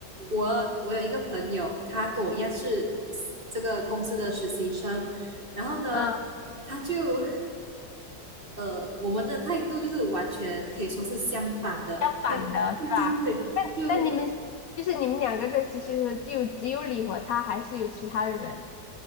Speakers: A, on the right; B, on the left.
A: 我我有一个朋友，他跟我一样是这个公司的实习生，然后呢，
B: 嗯，
A: 他就呃，我们的态度就是完全可以说是相反的。
B: 相反的是吧？
A: 对对对对，就
B: 那你们就是你们两个在实习的时候，就只有你和他，还是有其他的人？